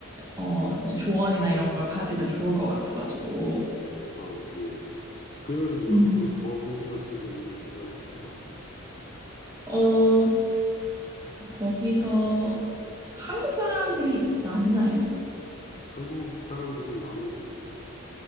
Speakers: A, on the right; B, on the left.
A: 어, 이제 조언이나 이런 걸 받으면 좋을 것 같아가지고.
B: 어, 예. 그러면 뭐
A: 음.
B: 또 더 궁금하신 점이 뭐가 있을까요?
A: 어, 거기서 한국 사람들이 많나요?
B: 한국 사람들이 많은 편이죠.